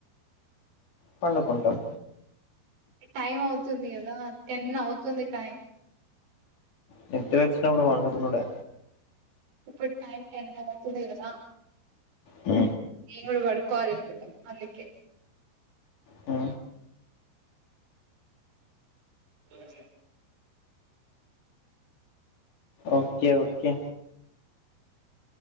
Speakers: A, on the left; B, on the right.
A: పడుకుంటాం
B: టైం అవుతుంది కదా టెన్ అవుతుంది టైం
A: నిద్రొచ్చినపుడు పండుకొనుడె
B: ఇప్పుడు టైమ్ టెన్ అవుతుంది కదా
A: హ
B: నేను కూడా పడుకోవాలి ఇప్పుడు అందుకే
A: ఆ
B: అఓే
A: ఓకే ఓకే